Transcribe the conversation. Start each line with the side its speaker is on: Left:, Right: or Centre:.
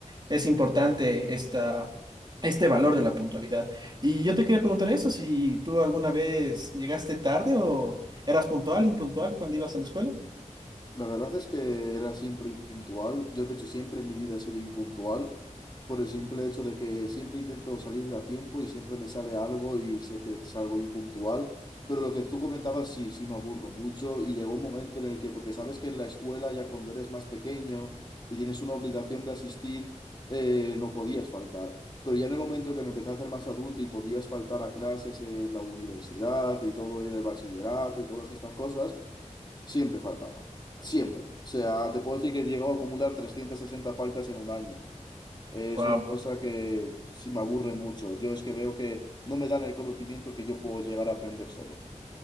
Right: es importante esta, este valor de la puntualidad. Y yo te quería preguntar eso, si tú alguna vez llegaste tarde o eras puntual, impuntual cuando ibas a la escuela.
Left: La verdad es que era siempre impuntual. Yo, de hecho, siempre en mi vida he sido impuntual por el simple hecho de que siempre intento salir a tiempo y siempre me sale algo y siempre salgo impuntual. Pero lo que tú comentabas, sí, sí me aburro mucho y llegó un momento en el que, porque sabes que en la escuela ya cuando eres más pequeño y tienes una obligación de asistir, eh, no podías faltar. Pero ya en el momento que me empecé a hacer más adulto y podías faltar a clases en la universidad y todo, y en el bachillerato y todas estas cosas. Siempre faltaba. Siempre. O sea, te puedo decir que he llegado a acumular 360 faltas en un año. Es
Right: wow
Left: una cosa que sí me aburre mucho. Yo es que veo que no me dan el conocimiento que yo puedo llegar a aprender solo.